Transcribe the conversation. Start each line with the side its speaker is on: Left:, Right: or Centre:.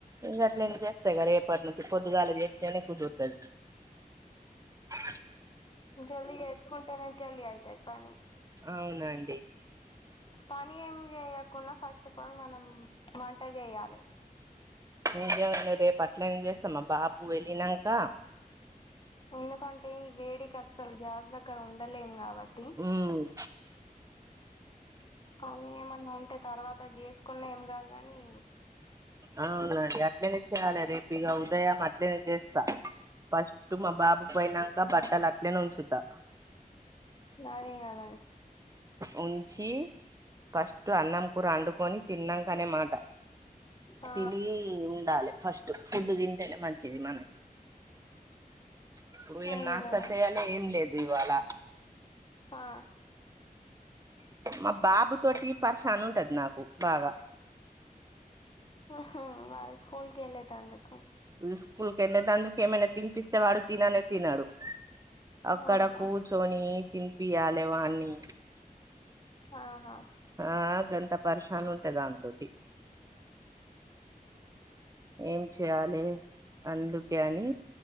Right: ఇంక అట్లే నువ్వు చేస్తా కదా రేపటి నుంచి పొద్దుగాలు చేస్తతేనే కుదురుతది ఆ
Left: జల్ద్ చేస్కుంటనే జల్లి అయితయి పని
Right: అవునండి
Left: పని ఏం చేయకుండా ఫస్ట్ ఆఫ్ ఆల్ మనం వంట చేయాలే
Right: నిజంగానే రేపు అట్లం చేస్తాం మా బాబు వెళ్ళినాంక
Left: ఎందుకంటే ఈ వేడికి అస్సలు గ్యాస్ దగ్గర ఉండలేం కాబట్టి
Right: ఉమ్
Left: కానీ ఏమన్నా అంటే తర్వాత చేసుకున్నా ఏం కాదుగాని
Right: అవునండి అట్లనే చేయ్యాలి రేపు ఇక ఉదయం అట్లేనే చేస్తా ఫస్ట్ మా బాబు పోయినాక బట్టలు అట్లేనే ఉంచుతా
Left: సరే ఎం కాదు
Right: వుంచి ఫస్ట్ అన్నం కూర వండుకొని తిన్నాక అనేమాట
Left: ఆ
Right: తిని ఉండాలే ఫస్ట్ ఫుడ్ తింటేనే మంచిది మనకి ఇప్పుడు ఏం
Left: అదే
Right: నాష్టా
Left: కదా
Right: చేయలో ఏం లేదు ఇవాళ్ళ
Left: ఆ
Right: మా బాబు తోటి పరేషన్ ఉంటది నాకు బాగా
Left: ఆహా వాళ్ళు స్కూల్ కి వెళ్ళేటి అందుకు
Right: స్కూల్ కి వెళ్ళేటి అందుకు ఏమైనా తినిపిస్తే వాడు తిననే తినడు అక్కడ
Left: ఆహా
Right: కూర్చొని తినిపియాలి వాన్ని
Left: ఆహా
Right: ఆ గంత పరేషాన్ ఉంటేది దాంతోటి ఏం చెయ్యాలి అందుకే అని